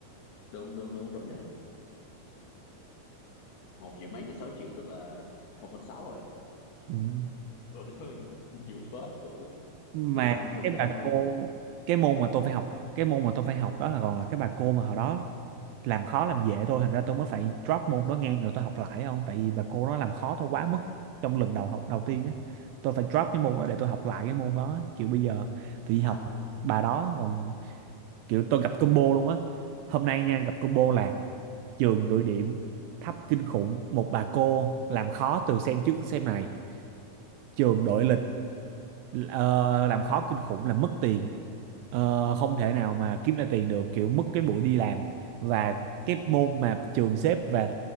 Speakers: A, on the left (about 75°); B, on the right (about 80°).
A: đúng đúng đúng công nhận một triệu mấy về sáu triệu tức là một phần sáu rồi
B: Ừ.
A: Ôi thôi nhiều phết luôn
B: mà
A: gần hai mươi phần
B: cái
A: trăm
B: bà
A: rồi
B: cô cái môn mà tôi phải học cái môn mà tôi phải học đó là còn là cái bà cô mà hồi đó làm khó làm dễ tôi thành ra tôi mới phải drop môn đó ngang rồi tôi học lại không tại vì bà cô nó làm khó tôi quá mức trong lần đầu học đầu tiên á tôi phải drop cái môn đó để tôi học lại cái môn đó á. kiểu bây giờ tự nhiên
A: à,
B: học bà đó còn kiểu tôi gặp combo luôn á hôm nay nha gặp combo là trường gửi điểm thấp kinh khủng một bà cô làm khó từ xem trước tới xem này trường đội lịch ờ, làm khó kinh khủng là mất tiền Ờ, không thể nào mà kiếm ra tiền được kiểu mất cái buổi đi làm và cái môn mà trường xếp và